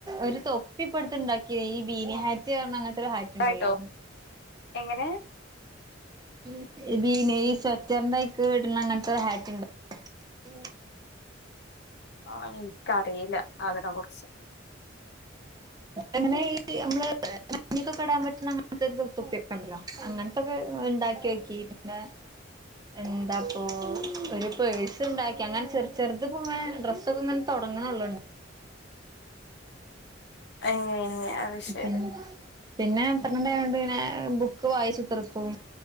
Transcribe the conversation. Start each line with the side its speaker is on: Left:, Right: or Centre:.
Right: ഒരു തൊപ്പി ഇപ്പടുത്ത ഉണ്ടാക്കി ഈ ബീനിഹാറ്റ് റിഞ്ഞ അങ്ങനത്തെ ഇ ഹൈറ്റ്
Left: ചെറുതായിട്ടോ
Right: ഉണ്ടല്ലോ അന്ന്
Left: എങ്ങനെ
Right: <unintelligible>
Left: <unintelligible> ആ ഇൻക്കറീല്ല അതിനെ കുറിച്ച്
Right: എങ്ങനെ ഈ നമ്മള് <unintelligible> ക്കിടാൻ പറ്റുന്ന അങ്ങൻതൊക്കൊരു തൊപ്പിക്കെണ്ടല്ലോ അങ്ങനത്തൊക്കെണ്ടാക്ക്യോക്കി പിന്നെ എന്താപ്പൊ ഒരു പേഴ് തു ഉണ്ടാക്കി അങ്ങനെ ചെറ ചെറ്ത് പ്പൊ ങ്ങനെ ഡ്രസ്സൊക്ക്ങ്ങനെ തൊടങ്ണൊള്ളു
Left: ഏഹ് അത്
Right: പിറ്റേന്ന്
Left: ശരി
Right: പിന്നെ പ്ര <unintelligible> ന്റ് ആയോണ്ട് പിന്നെ ബുക്ക് വായിച്ച് തീർക്കും